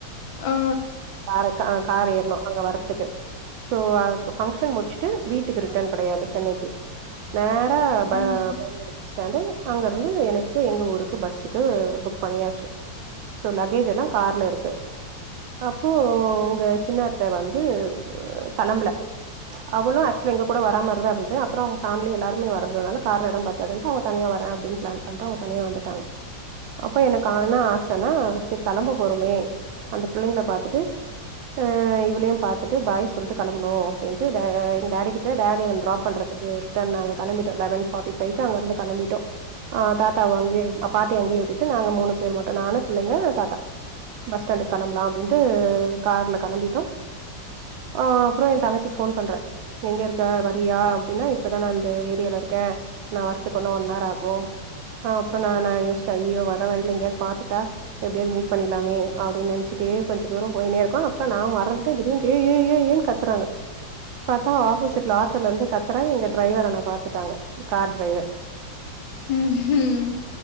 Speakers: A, on the left; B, on the right.
A: ஆ.
B: காரஹ் கார ஏறணும் அங்க வர்றதுக்கு சோ அதுக் ஃபங்ஷன் முடிச்சுட்டு வீட்டுக்கு ரிட்டர்ன் கெடயாது சென்னைக்கு ந <unintelligible>
A: ம்.
B: பஸ்டான்டு அங்க இருந்து எனக்கு எங்க ஊருக்கு பஸ் இதுக்கு புக் பண்ணியாச்சு சோ லக்கேஜ் எலாம் கார்ல இருக்கு அப்போ உங்க சின்னத்த வந்து களம்பல அவளும் ஆக்சுல எங்க கூட வரா மாரிதான் இருந்தது அப்ரோ அவங்க ஃபேமிலி எல்லாரும் வரதனால மாரி இருந்தது கார்ல எடம் பத்தாதுனு தனியா வரேன் ஃப்ளான் பண்ணிட்டுஅவங்க தனியா வந்துட்டாங்க அப்ப எனக்கு ஆன ஆசன்னா சரி கெளம்ப போறோமே அந்த பிள்ளங்கள பாத்துட்டு அஹ இவளயும் பாத்துட்டு பாய் சொல்லிட்டு கெளம்பனும் அப்டின்ட்டு எங்க கிட்ட ட டாப் பண்றதுக்கு ட்ட அங்க கிம்பிட்டோம் லெவன்பார்டி பைவ் அங்க இருந்து கிம்பிட்டோம்ஹ் தாத்தா வாங்கி பாட்டி அங்கே விட்டுட்டு நாங்க மூணு பே மாட்டோம் நானு பிள்ளங்க தாத்தா பஸ் ஸ்டாண்டுக்கு கிளம்பலாம் அப்டின்ட்டு கார்ல கிளம்பிட்டோம் அஹ் அப்பறம் என் தங்கச்சிக்கு போன் பண்றேன் எங்க இருக்கா வரியா அப்டின்னா இப்பதான் நான் அந்த ஏரியில இருக்கேன் நான் வத்துக்க ஒன் ஆர் ஆகும் அப்பறம் ந ஒசையோ வரவழியில எங்கேயாது பாத்துட்டா எப்டியாவது மீட் பண்ணியறலாமேப்பின்னு நெனச்சுட்டே கொஞ்சம்தூரம் போய்னு இருகோம் அப்ப ந மறந்துட்டே திடீன்னு கத்துறாங்க பாத்தா ஆப்போசிட்ல ஆட்டோல இருந்து கத்துறா எங்க டிரைவரன்னா பாத்துட்டாங்க கார் டிரைவர்
A: உஹம் உம்